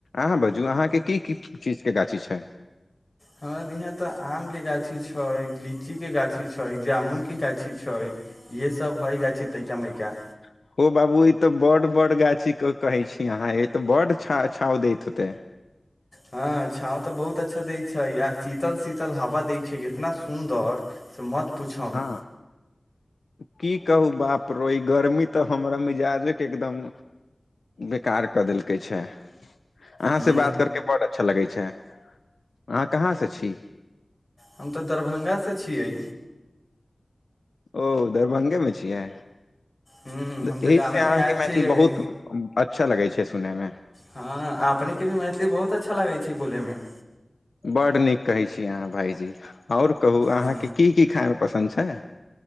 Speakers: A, on the left; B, on the left.
A: अहाँ बाजू अहाँके की की चीजके गाछी छै
B: हमरा यहाँ तऽ आम के गाछी छै लीची के गाछी छै जामुन के गाछी छै इहे सब हय गाछी तयका मयका
A: ओ बाबू ई तऽ बड्ड बड्ड गाछी क कहे छी अहाँ ई तऽ बड्ड छा छाँव दैत होतै
B: हँ छाँव तऽ बहुत अच्छा दै छै आ शीतल शीतल हवा दै छै इतना सुन्दर से मत पुछब
A: हँ की कहू बाप रो ई गर्मी तऽ हमरा मिजाजे के एकदम बेकार कऽ देलकै छै अहाँ
B: ह
A: से बात करके बड अच्छा लगै छै अहाँ कहाँ से छी
B: हम तऽ दरभंगासे छियै
A: ओ दरभंगेमे छियै
B: ह हम
A: एहि
B: तऽ गामेमे
A: से अहाँके
B: आयल
A: मैथिल
B: छी अभी
A: बहुत अच्छा लगै छै सुनयमे
B: हँ अपने के भी मैथिली बहुत अच्छा लागै छै बोलै मे
A: बड नीक कहै छी अहाँ भाईजी आओर कहू अहाँके
B: ह
A: की की खाय मे पसन्द छै